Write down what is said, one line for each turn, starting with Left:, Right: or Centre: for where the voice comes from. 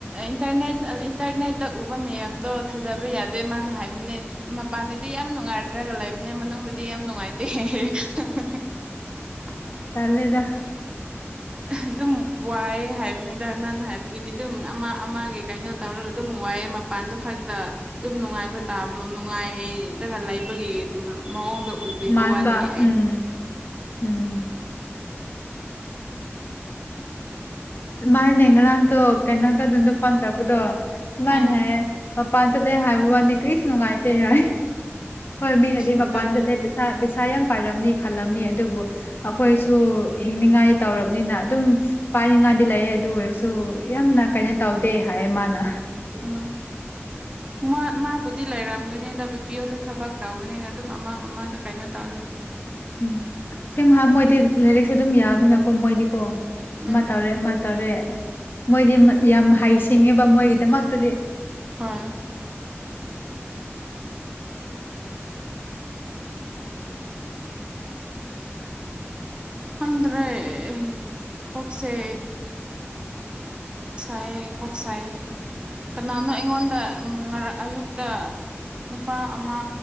Right: ꯏꯟꯇꯔꯅꯦꯠ ꯏꯟꯇꯔꯅꯦꯠꯇ ꯎꯕ ꯃꯌꯥꯝꯗꯣ ꯊꯥꯖꯕ ꯊꯥꯖꯕ ꯌꯥꯗꯦ ꯃꯥꯅ ꯍꯥꯏꯕꯅꯦ ꯃꯄꯥꯟꯗꯗꯤ ꯌꯥꯝ ꯅꯨꯡꯉꯥꯏꯔꯒ ꯂꯩꯕꯅꯦ ꯃꯅꯨꯡꯗꯗꯤ ꯌꯥꯝ ꯅꯨꯡꯉꯥꯏꯇꯦ <unintelligible>
Left: ꯇꯜꯂꯦꯗ
Right: ꯑꯗꯨꯝ ꯋꯥꯏꯑ ꯍꯥꯏꯕꯅꯤꯗ ꯃꯥꯅ ꯍꯥꯏꯕꯗꯨꯗꯤ ꯑꯗꯨꯝ ꯑꯃ ꯑꯃꯒꯤ ꯀꯩꯅꯣ ꯇꯧꯔꯒ ꯑꯗꯨꯝ ꯑꯗꯨ ꯋꯥꯏꯑꯦ ꯃꯄꯥꯟꯗꯨ ꯈꯛꯇ ꯑꯗꯨꯝ ꯅꯨꯡꯉꯥꯏꯕ ꯇꯥ ꯅꯨꯡꯉꯥꯏ ꯑꯗꯨꯒ ꯂꯩꯕꯒꯤ ꯃꯑꯣꯡꯗꯣ ꯎꯕꯤꯕ
Left: ꯃꯥꯟꯕ
Right: ꯋꯥꯅꯤ <unintelligible>
Left: ꯎꯝ ꯎꯝ ꯃꯥꯥꯟꯅꯦ ꯉꯔꯥꯡꯇꯣ ꯀꯩꯅꯣ ꯀꯖꯟꯗꯣ ꯐꯣꯟ ꯇꯧꯔꯛꯄꯗꯣ ꯃꯥꯅ
Right: ꯎꯝ
Left: ꯍꯥꯏꯌꯦ ꯃꯄꯥꯟ ꯆꯠꯂꯦ ꯍꯥꯏꯕ ꯋꯥꯅꯤ ꯀꯔꯤꯁꯨ ꯅꯨꯡꯉꯥꯏꯇꯦ ꯌꯥꯏ ꯍꯣꯏ ꯃꯤꯅꯗꯤ
Right: ꯑꯗꯨꯅ
Left: ꯃꯄꯥꯟ ꯆꯠꯂꯦ ꯄꯩꯁꯥ ꯄꯩꯁꯥ ꯌꯥꯝ ꯄꯥꯏꯔꯝꯅꯤ ꯈꯜꯂꯝꯅꯤ ꯑꯗꯨꯕꯨ ꯑꯩꯈꯣꯏꯁꯨ ꯍꯤꯡꯅꯤꯡꯉꯥꯏ ꯇꯧꯔꯕꯅꯤꯅ ꯑꯗꯨꯝ ꯄꯥꯏꯅꯤꯡꯉꯥꯏꯗꯤ ꯂꯩ ꯑꯗꯨ ꯑꯣꯏꯔꯁꯨ ꯌꯥꯝꯅ ꯀꯩꯅꯣ ꯇꯧꯗꯦ ꯍꯥꯏꯌꯦ ꯃꯥꯅ
Right: ꯎꯝ ꯃꯥ ꯃꯥꯕꯨꯗꯤ ꯂꯩꯔꯝ ꯅꯤꯗ ꯕꯤ ꯄꯤ ꯑꯦꯜꯗ ꯊꯕꯛ ꯇꯧꯕꯅꯤꯅ ꯑꯗꯨꯝ ꯑꯃ ꯑꯃꯗ ꯀꯩꯅꯣ ꯇꯧꯔꯣ
Left: ꯎꯝ ꯁꯦꯡꯕ ꯍꯥꯏ ꯃꯣꯏꯗꯤ ꯂꯥꯏꯔꯤꯛꯁꯨ ꯑꯗꯨꯝ ꯌꯥꯕꯅꯤꯅꯀꯣ ꯃꯣꯏꯗꯤꯀꯣ ꯑꯃ
Right: ꯎꯝ
Left: ꯇꯧꯔꯦ-ꯑꯃ ꯇꯧꯔꯦ ꯃꯣꯏꯗꯤ ꯌꯥꯝ ꯍꯩ ꯁꯤꯡꯉꯦꯕ ꯃꯣꯏꯒꯤꯗꯃꯛꯇꯗꯤ
Right: ꯍꯣꯏ ꯈꯪꯗ꯭ꯔꯦꯑꯦ ꯀꯣꯛꯁꯦ ꯁꯥꯏꯌꯦ ꯀꯣꯛ -ꯁꯥꯏꯌꯦ ꯀꯅꯥꯅꯣ ꯑꯩꯉꯣꯟꯗ ꯅꯣꯡꯉ ꯑꯌꯨꯛꯇ ꯅꯨꯄꯥ ꯑꯃ